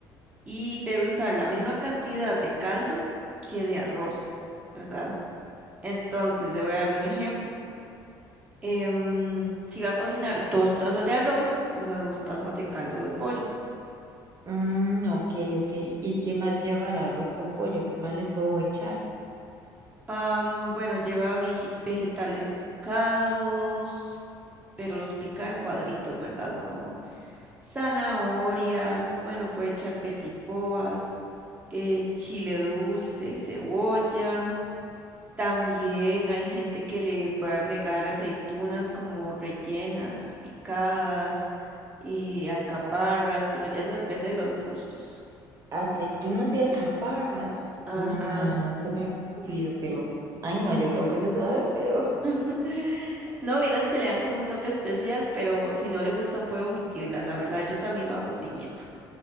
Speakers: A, on the right (about 15°); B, on the right (about 40°).
A: y debe usar la misma cantidad de caldo que de arroz, ¿verdad? Entonces, le voy a dar un ejemplo. Em, si va a cocinar dos tazas de arroz, usa dos tazas de caldo de pollo.
B: Mm, ok, ok. ¿Y qué más lleva el arroz con pollo? ¿Qué más le puedo echar?
A: Am, bueno, lleva vege- vegetales picados, pero los pica en cuadritos, ¿verdad? Como zanahoria, bueno, puede echar petipoas, eh, chile dulce y cebolla. También hay gente que le puede agregar aceitunas como rellenas, picadas y alcaparras, pero ya eso depende de los gustos.
B: Aceitunas y alcaparras.
A: Ajá.
B: Mm, ah, no se me ha ocurrido, pero... Ay, no, yo creo que eso sabe feo. <laughs>
A: <laughs> No, vieras que le dan como un toque especial, pero si no le gustan puede omitirlas. La verdad, yo también lo hago sin eso.